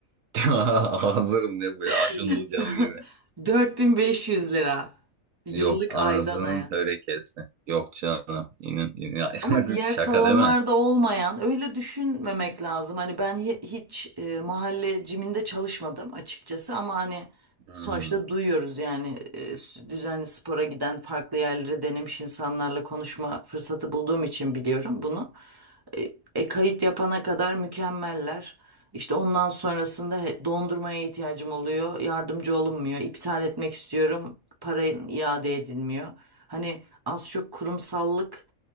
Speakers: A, on the right (about 75°); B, on the right (about 25°).
A: <laughs> Hazırım ne bu ya?
B: <laughs>
A: Acun Ilıcalı gibi.
B: 4500 lira. Yıllık
A: Yok anasının
B: aydan aya.
A: törekesi. Yok canım. İnin, inin-
B: Ama diğer
A: <laughs> şaka
B: salonlarda
A: değil mi?
B: olmayan öyle düşünmemek lazım. Hani ben hi- hiç e, mahalle ciminde çalışmadım açıkçası ama hani
A: Hmm,
B: sonuçta duyuyoruz yani e, s- düzenli spora giden farklı yerlere denemiş insanlarla konuşma fırsatı bulduğum için biliyorum bunu. E, e, kayıt yapana kadar mükemmeller. İşte ondan sonrasında he- dondurmaya ihtiyacım oluyor. Yardımcı olunmuyor. İptal etmek istiyorum. Para iade edilmiyor. Hani az çok kurumsallık